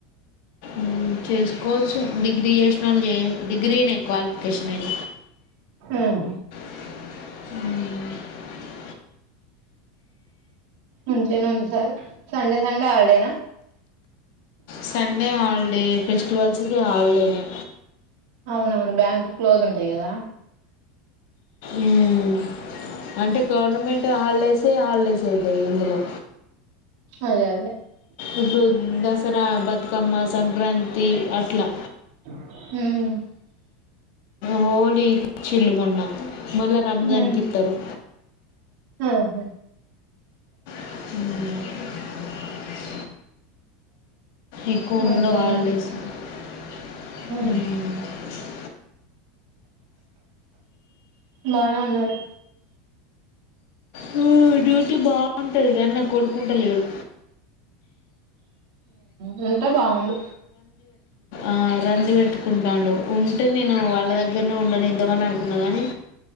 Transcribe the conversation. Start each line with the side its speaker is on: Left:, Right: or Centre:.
Left: మ్మ్ చేసుకోవచ్చు డిగ్రీ చేసిన వాళ్ చే డిగ్రీనే క్వాలిఫికేషన్ ఇగ
Right: ఆహ
Left: మ్మ్
Right: నుంచి అయిన ఉంటేసాల్ సండే సండే నావల్లేనా
Left: సండే హాలిడే ఫెస్టివల్స్కి హాలిడేనే
Right: అవును అవును బ్యాంక్ క్లోజ్ ఉంటాయి కదా
Left: మ్మ్ అంటే గవర్నమెంట్ హాలిడేసే హాలిడేస్ అయితాయి ఇందులో.
Right: అదే అదే
Left: ఇప్పుడు దసరా బతుకమ్మ సంక్రాంతి అట్లా
Right: హ్మ్
Left: హోలీచ్చిల్లు మొన్న మళ్ళా రంజాన్
Right: ఉమ్
Left: కి ఇత్తరు
Right: ఆహా
Left: హ్మ్ ఎక్కువ ఉండవ్
Right: మంచిగానే
Left: హాల్డేసు
Right: ఉంది
Left: హ్మ్
Right: ఉహు బాగా ఉన్నారు
Left: మ్మ్ డ్యూటీ బాగుంటది గానీ నా కొడుకుంట లేడు.
Right: ఇదంతా బాగుంది
Left: ఆ రంది వెట్టుకుంటాండు ఉంటే నేను వాళ్ళ దగ్గరనే ఉండనిద్దామని అనుకున్నా కానీ